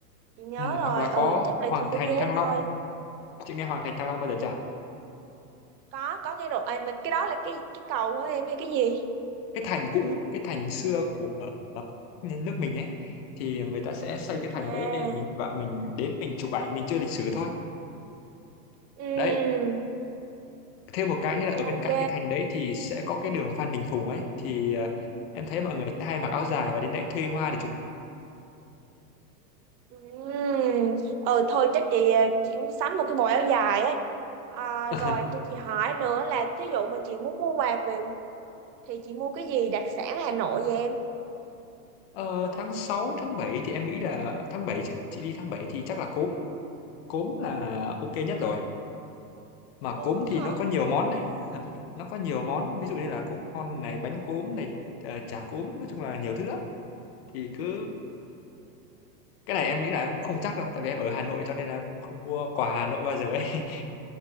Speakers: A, on the right (about 85°); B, on the left (about 40°).
A: chị nhớ
B: ừm,
A: rồi
B: hoặc là
A: ừ
B: có
A: chắc là
B: Hoàng
A: chị
B: Thành
A: phải ghé
B: Thăng Long
A: thôi
B: chị nghe Hoàng Thành Thăng Long bao giờ chưa
A: có có nghe rồi à, mình cái đó là cái cái cầu của em hay cái gì
B: cái thành cũ cái thành xưa của ờ, nước mình ấy thì người ta sẽ xây cái thành
A: à
B: ở đấy nên mình vợ mình đến mình chụp ảnh mình chưa lịch sử thôi
A: ừ,
B: đấy
A: ừ,
B: thêm một cái nữa là ở bên
A: ok
B: cạnh cái thành đấy thì sẽ có cái đường Phan Đình Phùng ấy thì ờ, em thấy mọi người sẽ hay mặc áo dài và đến đấy thuê hoa để chụp ảnh.
A: ừ. ừ thôi chắc chị ờ, chị cũng sắm một cái bộ áo dài á À,
B: <laughs>
A: rồi cho chị hỏi nữa là thí dụ mà chị muốn mua quà về thì chị mua cái gì đặc sản Hà Nội vậy em?
B: ờ, tháng 6 tháng 7 thì em nghĩ là tháng 7 chứ chị đi tháng 7 thì chắc là cốm cốm là ok nhất rồi mà
A: Cốm
B: cốm thì
A: hả?
B: nó có nhiều món đấy nó có nhiều món ví dụ như là cốm con này bánh cốm này ờ, chả cốm nói chung là nhiều thứ lắm thì cứ cái này em nghĩ là em cũng không chắc đâu tại vì em ở Hà Nội cho nên là em cũng không mua quà Hà Nội bao giờ ấy <laughs>